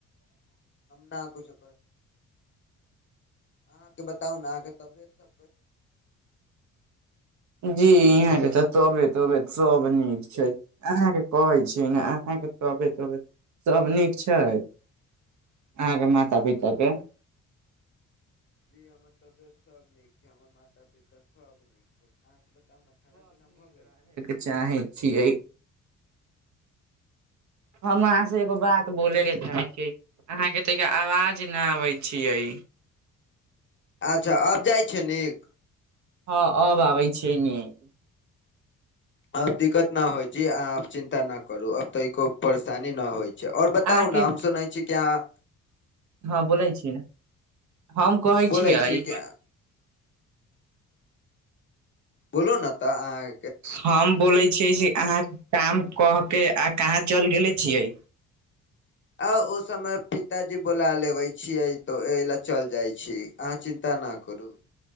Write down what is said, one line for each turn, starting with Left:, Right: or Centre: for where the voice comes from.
Left: न कुछो अहाँके बताओ ना अहाँके तबीयत सब
Right: जी इहाँं के तबियत तबियत सब नीक छै अहाँके कहै छी न अहाँके तबियत तबियत सभ नीक छै
Left: <inaudible>
Right: अहाँके माता
Left: हमर
Right: पिता
Left: तबीयत
Right: के
Left: जी हमार तबीयत सब नीक छै हमर अहके बताऊ न खाना पीना भौ गेल छै
Right: चाहे छियै हम अहाँ से एगो
Left: खाना
Right: बात
Left: पीना
Right: बोले
Left: भ
Right: के चाहे छीयै अहाँ के त आवाज न आबे छीयै
Left: अच्छा अब जाइ छै नीक
Right: हँ अब आबै छैय निक
Left: अब दिक्कत न होइ छै आब चिन्ता न करु अब तनिको परेशानी न होयत ओर बताउ
Right: अहाँके
Left: न हम सुनै छी कि आहाँ
Right: हँ बोलै छी हम कहै
Left: बोलै
Right: छियै
Left: छी कि बोलू न त अहाँ
Right: हम बोले छियै जे अहाँ काम क के आ कहाँ चल गेले छियै
Left: आ ओ समय पिताजी बोला लेबे छियै त ओय ले चल जाइ छी आहा चिंता ना करू